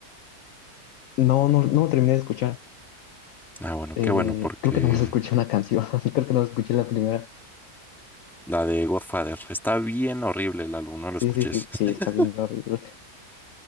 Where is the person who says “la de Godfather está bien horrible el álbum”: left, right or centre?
Centre